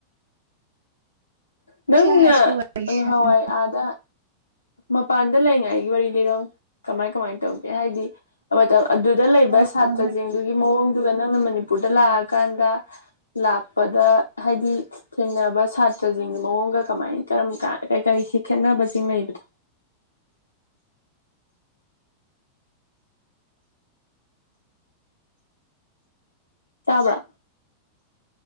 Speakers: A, on the right (about 65°); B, on the left (about 80°).
A: ꯉꯁꯥꯏ
B: ꯅꯪꯅ
A: ꯍꯥꯏ ꯁ꯭ꯀꯨꯜ ꯋꯥꯔꯤ
B: ꯍꯥꯟꯋꯥꯏ
A: ꯁꯥꯟꯅꯔꯦ
B: ꯑꯥꯗ ꯃꯄꯥꯟꯗ ꯂꯩꯉꯥꯏꯒꯤ ꯋꯥꯔꯤ ꯂꯤꯔꯛꯎꯅꯦ ꯀꯃꯥꯏ ꯀꯃꯥꯏꯅ ꯇꯧꯒꯦ ꯍꯥꯏꯗꯤ ꯃꯇꯝ ꯑꯗꯨ ꯗ ꯂꯩꯕ
A: ꯑꯥ
B: ꯁꯥꯇ꯭ꯔꯖꯤꯡꯗꯨꯒꯤ
A: ꯑꯥ
B: ꯃꯑꯣꯡꯗꯨꯗ ꯅꯪꯅ ꯃꯅꯤꯄꯨꯔꯗ ꯂꯥꯛꯑꯀꯥꯟꯗ ꯂꯥꯛꯄꯗ ꯍꯥꯏꯗꯤ ꯊꯦꯡꯅꯕ ꯁꯥꯇ꯭ꯔꯖꯤꯡꯒꯤ ꯃꯑꯣꯡꯒ ꯀꯃꯥꯏꯟ ꯀꯔꯝ ꯀꯥꯟ ꯀꯩ ꯀꯩꯁꯤ ꯈꯦꯠꯅꯕꯖꯤꯡ ꯂꯩꯕꯗꯣ <inaudible> ꯇꯥꯕ꯭ꯔꯥ